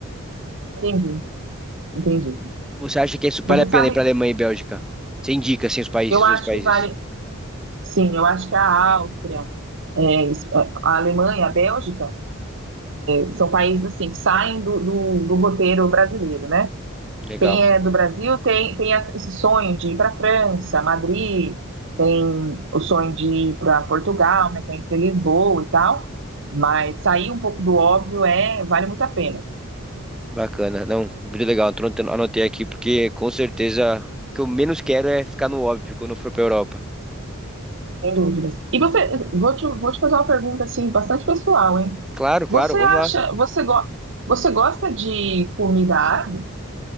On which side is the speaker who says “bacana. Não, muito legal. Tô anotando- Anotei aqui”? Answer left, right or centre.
Centre